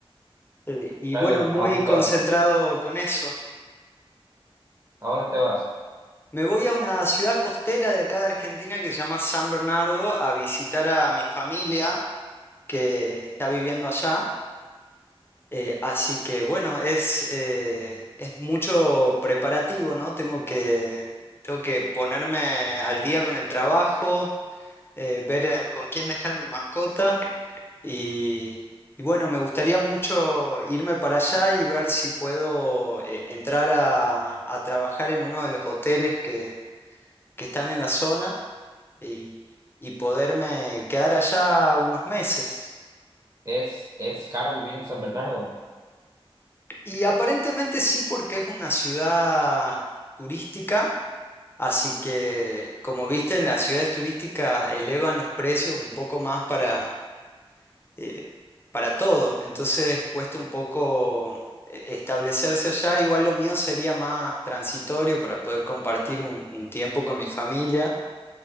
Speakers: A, on the left (about 25°); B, on the right (about 35°).
A: eh, y
B: Dale,
A: bueno, muy
B: ¿a dónde te
A: concentrado
B: vas?
A: con eso.
B: ¿A dónde te vas?
A: Me voy a una ciudad costera de acá de Argentina que se llama San Bernardo a visitar a mi familia que está viviendo allá. Eh, así que bueno, es, eh, es mucho preparativo, ¿no? Tengo que, tengo que ponerme al día con el trabajo, eh, ver eh, con quién dejar a mi mascota y, y bueno, me gustaría mucho irme para allá y ver si puedo eh, entrar a, a trabajar en uno de los hoteles que, que están en la zona y, y poderme quedar allá unos meses.
B: Es, es caro vivir en San Bernardo.
A: Y aparentemente sí, porque es una ciudad turística, así que como viste, en las ciudades turísticas elevan los precios un poco más para, eh, para todo, entonces cuesta un poco eh, establecerse allá. Igual lo mío sería más transitorio para poder compartir un, un tiempo con mi familia,